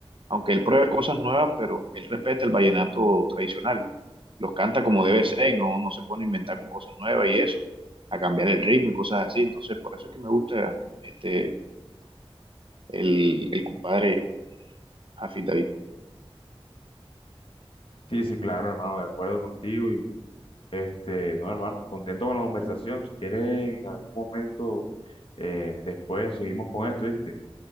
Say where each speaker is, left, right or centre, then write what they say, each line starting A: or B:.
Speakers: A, on the right; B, on the left.
A: aunque él pruebe cosas nuevas, pero él respeta el vallenato tradicional. Los canta como debe ser y no, no se pone a inventar con cosas nuevas y eso, a cambiar el ritmo y cosas así. Entonces, por eso es que me gusta este el, el compadre Jafid David.
B: Sí, sí, claro, hermano, de acuerdo contigo y este, no, hermano, contento con la conversación. Si quieres en algún momento eh, después seguimos con esto, ¿viste?